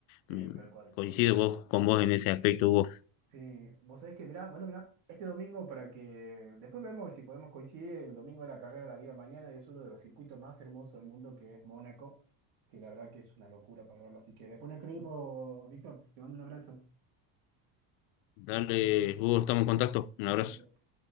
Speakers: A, on the right; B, on the left.
A: sí,
B: mm,
A: tal cual,
B: coincido
A: tenés razón.
B: vos, con vos en ese aspecto, Hugo.
A: Sí, vos sabés que, mirá, bueno, mirá, este domingo para que después vemos si podemos coincidir el domingo de la carrera de la vida mañana y es uno de los circuitos más hermosos del mundo que es Mónaco, que la verdad que es una locura para verlo. Así que después nos escribimos, Víctor, te mando un abrazo.
B: Dale, Hugo, estamos en contacto. Un abrazo.
A: Chao, chao.